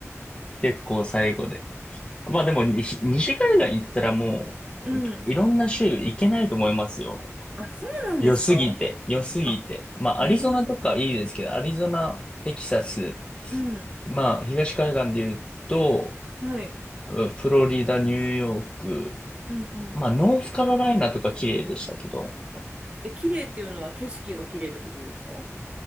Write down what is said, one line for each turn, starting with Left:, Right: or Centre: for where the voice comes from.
Left: 結構最後で。まあでも西、西海岸行ったらもう、
Right: うん。
Left: いろんな州行けないと思いますよ。
Right: あ、そうなんですか
Left: 良すぎて、良すぎて。
Right: あ、
Left: まあ、アリゾナとかいいですけど、
Right: えー
Left: アリゾナ、テキサス、
Right: うん。
Left: まあ、東海岸で言うと、
Right: はい。
Left: うんフロリダ、ニューヨーク、
Right: うんうん。
Left: まあ、ノースカロライナとか綺麗でしたけど、
Right: あえ、綺麗っていうのは景色が綺麗ってことですか